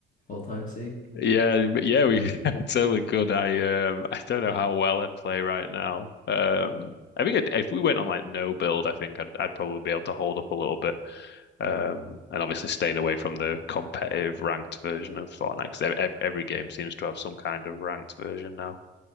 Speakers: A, on the left; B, on the left.
A: old time's sake.
B: Yeah, but yeah, we <laughs> I totally could. I um I don't know how well I'd play right now. Um I think I'd, if we went on like no build, I think I'd I'd probably be able to hold up a little bit. Um, and obviously staying away from the competitive ranked version of Fortnite because every, every game seems to have some kind of ranked version now.